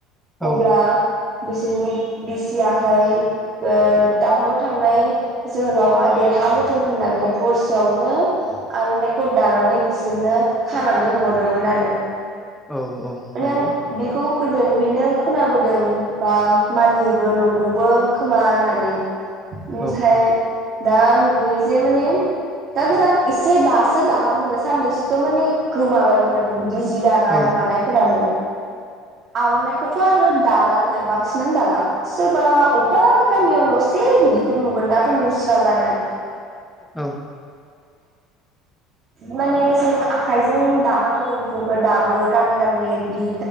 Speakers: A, in the centre; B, on the right.
A: औ
B: अब्ला बिसोरनि बिसियाहै ओ दावहायाव थांनाय जोहोलावा देरहाबोथों होननानै हरसेयावनो आर'नाइखौ दानानै बिसोरनो खानानै हरोमोन आरो।
A: औ औ
B: माने
A: नंगौ
B: आं बेखौ गोदोनिफ्रायनो खोनाबोदों बा मानियोबो नंगौबो खोमा होननानै ओमफाय
A: औ
B: दा नु यो जे माने दा गोदान एसे दासो दाहांबोगा साननैसोथ' माने गोमाबायमोन बिदि जि दानाय
A: औ
B: मानायफोराहै आर'नाइखौथ' आरो दालानो बांसिनानो दाला सोरबा अब बा गामियाव एसे बिदिखौ नुगोन दाथ' नुस्रालानो
A: औ
B: माने जों आखाइजों दानांगौ बेफोरखौ दाबो गामि गामि बिदि